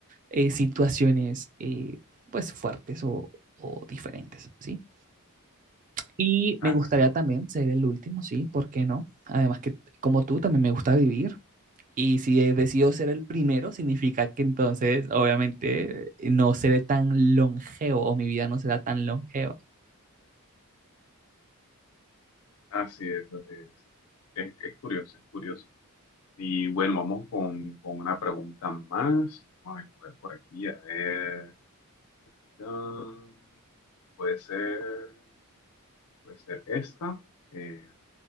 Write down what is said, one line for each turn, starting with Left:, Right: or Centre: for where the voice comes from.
Right: eh, situaciones, eh, pues, fuertes o, o diferentes, ¿sí? Y
Left: Así
Right: me gustaría
Left: es,
Right: también ser el último, sí, ¿por qué no? Además que como tú también me gusta vivir y si he- decido ser el primero significa que entonces obviamente eh, no seré tan longevo o mi vida no será tan longeva.
Left: así es, así es. Es, es curioso, es curioso. Y bueno, vamos con, con una pregunta más. Vamos a ver por aquí, a ver. Ah, puede ser, puede ser esta. Eh,